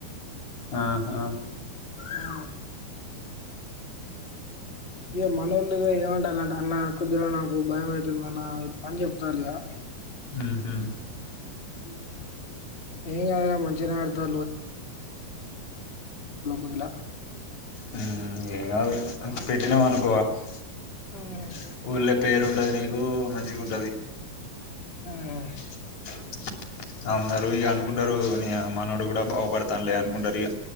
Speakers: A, on the left; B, on the left.
A: ఆ ఆ
B: ఆ ఇక మనూళ్లుగా ఏమంటాలంటే అన్న కుద్దిగా నాకు భయం అయి తుందన్న ఇట్లా అని చెప్తాల ఇక
A: ఊహు
B: ఇంగ ఏం గాదు గ మంచిగనే ఆడు <unintelligible>
A: హ్మ్ ఏంగాదులే పెట్టినవ నువ్ బా‌స్
B: ఆ
A: స్కూల్ల పేరు ఉంటది నీకూ మంచిగ ఉంటది
B: హ్మ్
A: <inaudible> <unintelligible> అందరూ ఏవనుకుంటారో మీ మనవడు కూడా బాగుపడతానులే అనుకుంటరు ఇగ